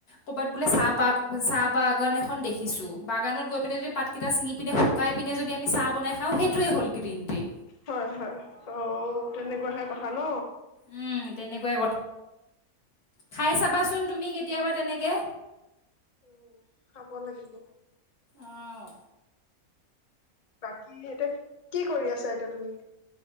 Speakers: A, on the left; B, on the left.
A: ক'ৰবাত বুলে চাহ পাত চাহ বাগান এখন দেখিছো বাগানত গৈ পিনে যদি পাতকেইটা চিঙি পিনি শুকাই পিনে যদি আমি চাহ বনাও নে খাওঁ সেইটোৱে হ'ল গ্ৰীণ টি
B: হয় হয় অ তেনেকুৱাহে কথা ন
A: উম, তেনেকুৱাই খাই চাবাচোন তুমি কেতিয়াবা তেনেকে
B: উ খাব লাগিব
A: অঁ
B: বাকী এতিয়া কি কৰি আছা এতিয়া তুমি